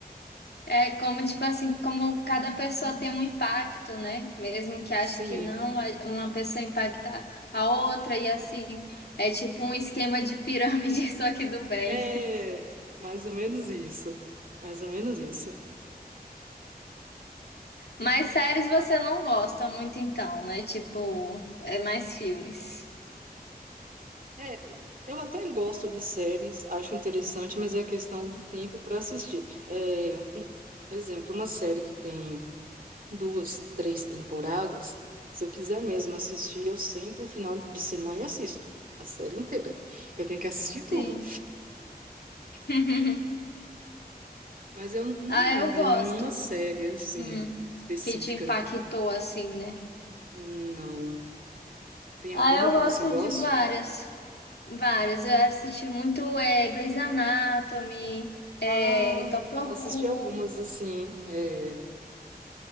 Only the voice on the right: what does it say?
Sim,
É, mais ou menos isso. Mais ou menos isso.
É, eu até gosto de séries, acho interessante, mas é a questão do tempo para assistir. É, um exemplo, uma série que tem duas, três temporadas, se eu quiser mesmo assistir, eu sento um final de semana e assisto a série inteira. Eu tenho que assistir tudo.
Mas eu não
lembro
de nenhuma série assim
específica.
Não. Tem
alguma
que
você goste?
Ah,
assisti
algumas, assim. É...